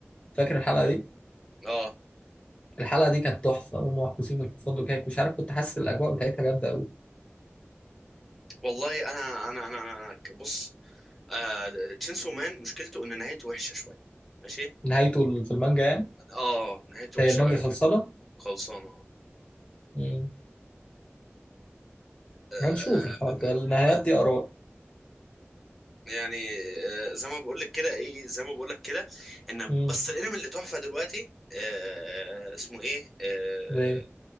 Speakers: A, on the left; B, in the centre.
A: فاكر الحلقة دي
B: اه
A: الحلقة دي كانت تحفة هم محبوسين في الفندق هيك مش عارف كنت حاسس الأجواء بتاعتها جامدة أوي
B: والله انا انا انا, أنا ك- بص آه تشينسو مان مشكلته ان نهايته وحشه شويه ماشي
A: نهايته ال- في المانجا يعني
B: اه نهايته وحشه
A: هي المانجا
B: قوي
A: خلصانة
B: خلصانه اه
A: مم.
B: آه،
A: هنشوف الحوار ده النهايات
B: آه،
A: دي آراء
B: يعني آه، زي ما بقول لك كده ايه زي ما بقول لك كده ان
A: مم.
B: بس الانمي اللي تحفه دلوقتي آه اسمه ايه آه
A: زي-